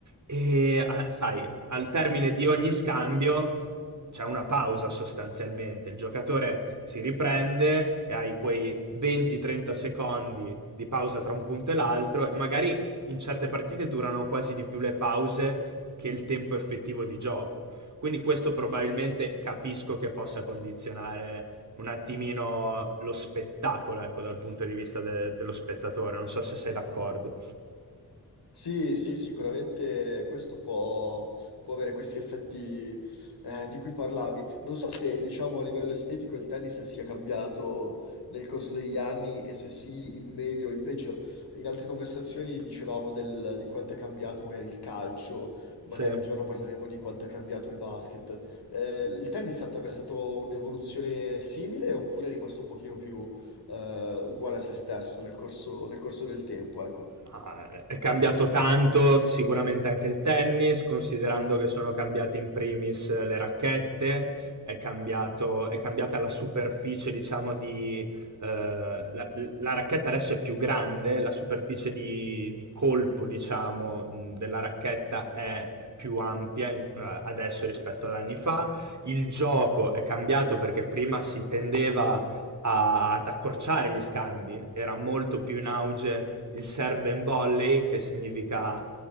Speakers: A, on the right; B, on the left.
A: e, ah, sai, al termine di ogni scambio c'è una pausa sostanzialmente, il giocatore si riprende e hai quei 20-30 secondi di pausa tra un punto e l'altro e magari in certe partite durano quasi di più le pause che il tempo effettivo di gioco. Quindi questo probabilmente capisco che possa condizionare un attimino lo spettacolo, ecco, dal punto di vista de- dello spettatore. Non so se sei d'accordo.
B: Sì, sì, sicuramente questo può, può avere questi effetti eh, di cui parlavi. Non so se, diciamo, a livello estetico il tennis sia cambiato nel corso degli anni e se sì, in meglio o in peggio. In altre conversazioni dicevamo del- di quanto è cambiato magari il calcio, magari
A: Sì.
B: un giorno parleremo di quanto è cambiato il basket. Eh, il tennis ha attraversato un'evoluzione simile oppure è rimasto un pochino più eh, uguale a se stesso nel corso, nel corso del tempo, ecco.
A: Ah, eh, è cambiato tanto sicuramente anche il tennis, considerando che sono cambiate in primis eh, le racchette, è cambiato- è cambiata la superficie, diciamo, di... eh, la, la racchetta adesso è più grande, la superficie di, di colpo, diciamo, mh, della racchetta è più ampia in- eh, adesso rispetto ad anni fa. Il gioco è cambiato perché prima si tendeva a- ad accorciare gli scambi, era molto più in auge il serve and volley, che significa